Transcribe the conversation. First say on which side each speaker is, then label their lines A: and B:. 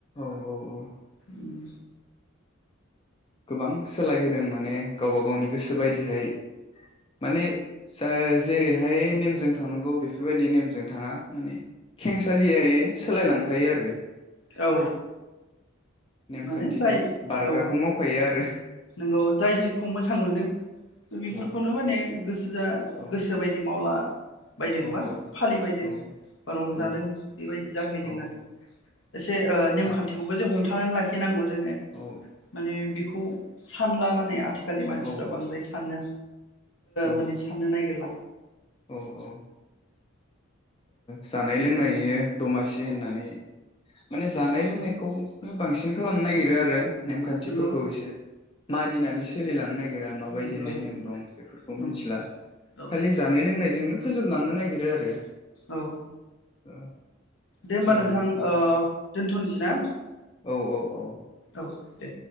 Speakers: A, on the left; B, on the left.
A: औ औ औ
B: उम।
A: गोबां सोलायहोदों माने गावबा गावनि गोसो बायदिहाय माने जा जेरैहाय नेमजों थांनांगौ बेफोरबायदि नेमजों थाङा माने खेंसालियायै सोलायलांखायो आरो।
B: औ।
A: नेमखान्थिनि
B: माने जाय
A: बारगाखौ
B: औ
A: मावखायो आरो।
B: नोंगौ जाय जिखौ मोजां मोनदों बेफोरखौनो
A: औ
B: माने गोसो जा
A: औ
B: गोसो बायदि मावला बायदों
A: औ
B: बा फालि बायदों
A: औ
B: रंजादों
A: औ
B: बेबायदि जाहैदों
A: औ
B: आरो एसे नेमखान्थिखौबो
A: दा
B: जे हमथा थानानै लाखिनांगौ जोङो
A: औ
B: माने बिखौ सानला माने आथि आथिखालनि मानसिफ्रा
A: औ
B: बांद्राय सानो।
A: औ
B: माने साननो नागिरला।
A: औ औ जानाय लोंनायनिनो दमासि होननानै माने जानाय लोंनायखौ बांसिन खालामनो नागिरो आरो। नेमखान्थिफोरखौ
B: नंगौ
A: एसे मानिनानै सोलिलांनो नागिर गिरा माबायदिहाय
B: नंगौ नंगौ
A: नेम दं बेफोरखौ
B: नंगौ
A: मिथिला
B: औ
A: खालि जानाय लोंनायजोंनो फोजोबलांनो नागिरो आरो।
B: औ
A: ओ
B: दे होमबा
A: जेबो
B: नोंथां
A: मिथिला
B: ओ दोनथ'नोसै ना?
A: औ औ औ।
B: औ दे।